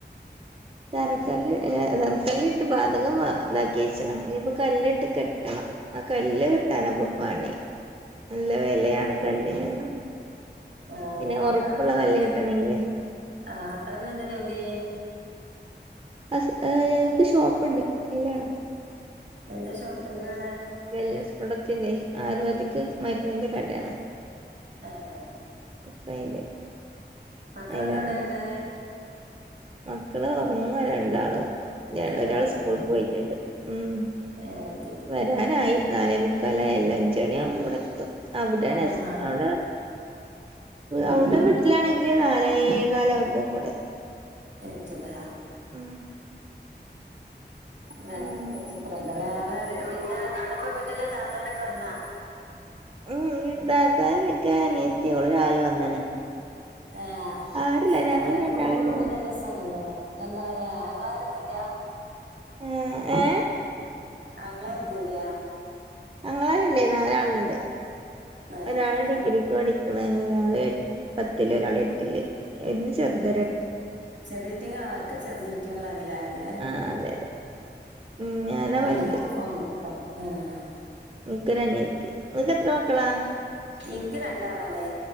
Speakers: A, on the right; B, on the right.
A: തറക്കല്ല തറക്കല്ല് ഇട്ട് പാദകം ഇതാക്കി വച്ചണ് ഇനിപ്പോ കല്ല് ഇട്ട് കെട്ടണം ആ കല്ല് കിട്ടാന ഇപ്പൊ പണി നല്ല വിലയാണ് കല്ലിനന്ന്
B: ആ
A: പിന്നെ
B: ഭർത്താവ്
A: ഉറപ്പുള്ള
B: ഇപ്പൊ
A: കല്ല് കിട്ടണങ്കില്
B: ആ ഭർത്താവിന എന്താ ജോലി
A: അ ഞങ്ങൾക്ക് ഷോപ്പ് ഉണ്ട് അയ്ലാണ്
B: എന്താ ഷോ എന്താ കടാ
A: വെൽനെസ് പ്രൊഡക്ടിന്റെ ആയുർവേദിക് മരുന്നിന്റെ കടയാണ്
B: ആഹ് അതന്നെ
A: <unintelligible>
B: മക്കളൊക്കെ
A: അയിലാണ്
B: എവിടെ എന്നിട്ട്
A: മക്കള് ഉറങ്ങാ രണ്ടാളും
B: രണ്ടാളുവർക്ക്
A: ഒരാള് സ്കൂളിൽ പോയിട്ടുണ്ട് ഉം
B: എത്തിയിട്ടില്ലടാ
A: വരാനായി നാലേ മുക്കാലായി എല്ല അഞ്ചണിയ ആവുമ്പോ ഇവിടെ എത്തും അവിടേണ്
B: ആ
A: അവിടെ അവിടെ വീട്ടിലാണെങ്കിൽ നാലേ കാല ആകുമ്പോ കൂടെ
B: ഏത്തും ലേ
A: ഉം
B: വ
A: ഉം
B: വച്ച ഫ്രണ്ട് വേറെ പിന്നെ അവിടപ്പ വീട്ടിലെ താത്താ രൊക്കെ വന്നാ
A: ഉം ഇ താത്താരില്ല എനിക്ക നിയത്തിയുള്ളൂ ഓള് രാവിലെ വന്ന്ണ്
B: ആഹ്
A: ആരുല്ല ഞങ്ങള്
B: എല്ലാരും
A: രണ്ടാളന്നെ
B: കൂടി കൂടുമ്പോന്നെ
A: ഒള്ളു
B: രസാ ആണല്ലോ എന്താ പറയാ ആങ്ങളാരൊന്നും ഇല്ല
A: ആ ഏ
B: ആങ്ങളാരൊന്നു ഇല്ല
A: ആങ്ങളാരുണ്ട് നാല പറആളുണ്ട്
B: നാലാളുണ്ടല്ലേ
A: ഒരാള് ഡിഗ്രിക്ക് പഓടി ക്ക് ഒരാള് എ പത്തിൽ ഒരാള് എട്ടില് എന്ന് ചെറഞ്ഞ
B: റിയകയ ആക്കെ ചെറിയ ചീറ്റിങ്ങളാണല്ലല്ല
A: ആഹ് അതെ അതെ ഉം ഞാനാ
B: <unintelligible>
A: വലുത്
B: ഫോൺ ഇത്ത ആഹ
A: എനിക്കൊരെനിയത്തി നിനക്ക് എത്ര മക്കളാ
B: എനിക്ക് രണ്ടാളാണേ